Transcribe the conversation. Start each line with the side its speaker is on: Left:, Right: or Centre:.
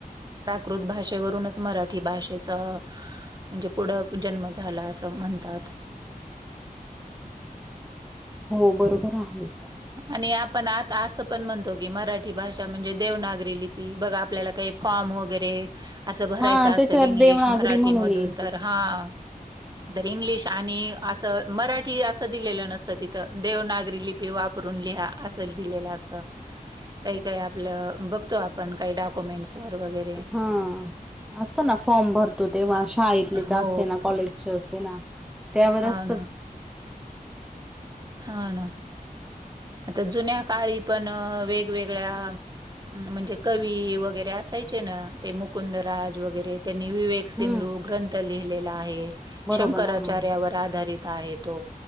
Right: प्राकृत भाषेवरूनच मराठी भाषेच म्हणजे पुढं जन्म झाला असं म्हणतात.
Centre: हो बरोबर आहे.
Right: आणि आपण आता असं पण म्हणतो की मराठी भाषा म्हणजे देवनागरी लिपी बघ आपल्याला काई फॉर्म वगैरे असं भरायच
Centre: हा
Right: असेल
Centre: त्याच्यात
Right: इंग्लिश
Centre: देवनागरी
Right: मराठीमधून
Centre: म्हणून येते
Right: तर हा तर इंग्लिश आणि असं मराठी असं दिलेलं नसतं तिथं देवनागरी लिपी वाप परून लिहा असं दिलेलं असतं. काई काई आपलं बघतो आपण काई डॉक्युमेंट्स वर वगै
Centre: हा असत ना फॉर्म भरतो तेव्हा
Right: अ,
Centre: शाळेतले
Right: अ
Centre: का
Right: हो.
Centre: असे ना कॉलेजचे असे ना त्यावर
Right: हां
Centre: असतच
Right: हा ना, आता जुन्या काळी पण वेगवेगळ्या म्हणजे कवी वगैरे असायचे न ते मुकुंदराज वगैरे त्यांनी विवेक सिंधू
Centre: हम्म
Right: ग्रंथ लिहिलेला आहे.
Centre: बरोबर
Right: शंकराचार्यावर
Centre: हा
Right: आधारित आहे तो,